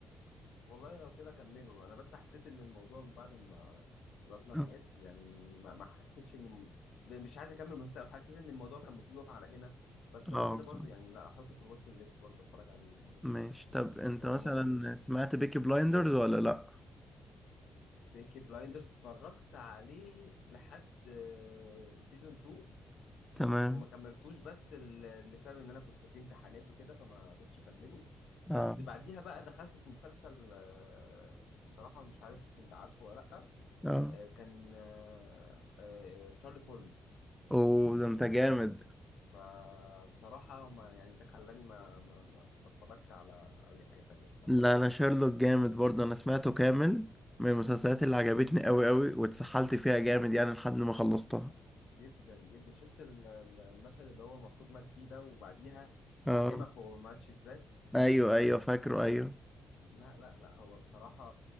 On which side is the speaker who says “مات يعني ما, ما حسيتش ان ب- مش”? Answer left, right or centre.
Left